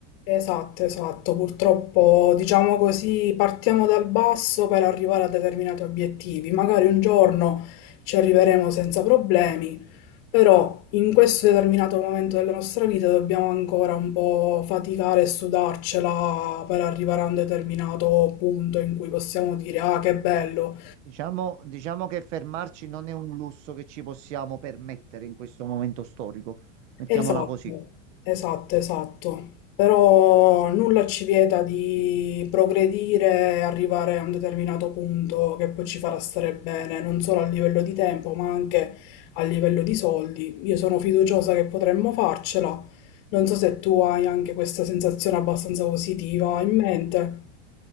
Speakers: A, on the left (about 50°); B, on the right (about 70°).
A: Esatto, esatto. Purtroppo, diciamo così, partiamo dal basso per arrivare a determinati obiettivi. Magari un giorno ci arriveremo senza problemi, però in questo determinato momento della nostra vita dobbiamo ancora un po' faticare e sudarcela per arrivare a un determinato punto in cui possiamo dire, ah, che bello.
B: Diciamo, diciamo che fermarci non è un lusso che ci possiamo permettere in questo momento storico, mettiamola
A: Esatto,
B: così.
A: esatto, esatto. Però nulla ci vieta di progredire e arrivare a un determinato punto che poi ci farà stare bene, non solo a livello di tempo, ma anche a livello di soldi. Io sono fiduciosa che potremmo farcela. Non so se tu hai anche questa sensazione abbastanza positiva in mente,